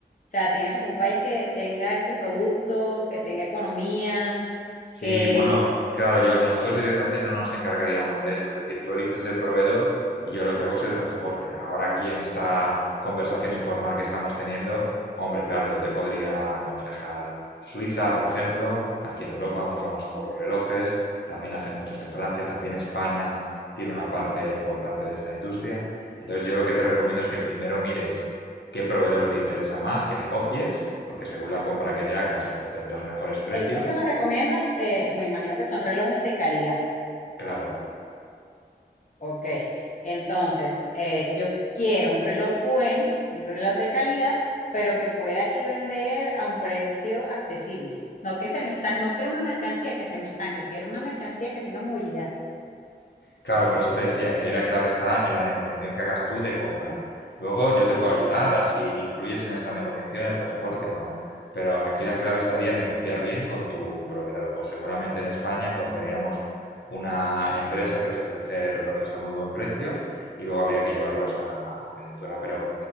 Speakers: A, on the left; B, on the left.
A: sea, ¿tienes algún país que tenga este producto, que tenga economía,
B: Sí,
A: que
B: bueno, claro, yo, nosotros directamente no nos encargaríamos de eso, es decir, tú eliges el proveedor y yo lo que hago es el transporte. Ahora aquí en esta conversación informal que estamos teniendo, hombre, claro, yo te podría aconsejar Suiza, por ejemplo, aquí en Europa, muy famoso por los relojes, también hacen muchos en Francia, también España tiene una parte importante de esta industria. Entonces yo lo que te recomiendo es que primero mires qué proveedor te interesa más, que negocies, porque según la compra que le hagas obtendrás mejores precios.
A: esos que me recomiendas, eh, me imagino que son relojes de calidad?
B: Claro,
A: Ok, entonces eh, yo quiero un reloj bueno, un reloj de calidad, pero que pueda aquí vender a un precio accesible. No que se me está, no quiero una mercancía que se me estanque, quiero una mercancía que tenga movilidad.
B: Claro, por eso te decía que ahí la clave está en la negociación que hagas tú de compra. Luego yo te puedo ayudar a si incluyes en esa negociación el transporte o no. Pero aquí la clave estaría en negociar bien con tu proveedor. Pues seguramente en España encontraríamos una empresa que te ofrece relojes a muy buen precio y luego habría que llevarlos a, a Venezuela. Pero